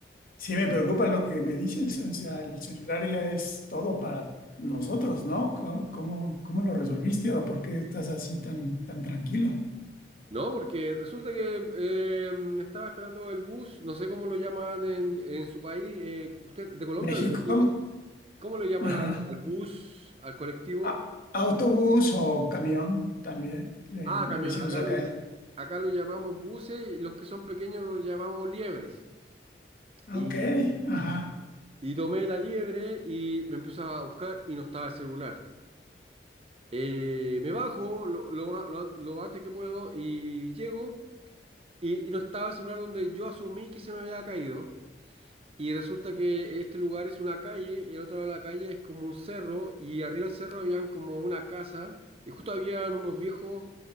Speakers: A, on the left; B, on the right.
A: Sí, me preocupa lo que me dices, o sea, el celular ya es todo para nosotros, ¿no? ¿Cómo, cómo, cómo lo resolviste o por qué estás así tan, tan tranquilo?
B: No, porque resulta que eh, estaba esperando el bus, no sé cómo lo llaman en, en su país, eh, ¿usted de Colombia
A: México,
B: o de México? ¿Cómo le llaman
A: ajá.
B: al, al bus, al colectivo?
A: A- autobús o camión, también le,
B: Ah, camión,
A: le decimos
B: acá
A: acá.
B: lo, acá lo llamamos buses, y los que son pequeños los llamamos liebres.
A: Ah,
B: Y,
A: Ok, ajá,
B: y tomé la liebre y me empiezo a buscar y no estaba el celular. Eh, me bajo lo, lo a- lo an- lo antes que puedo y llego y, y no estaba el celular donde yo asumí que se me había caído. Y resulta que este lugar es una calle y el otro lado de la calle es como un cerro y arriba del cerro habían como una casa y justo habían unos viejos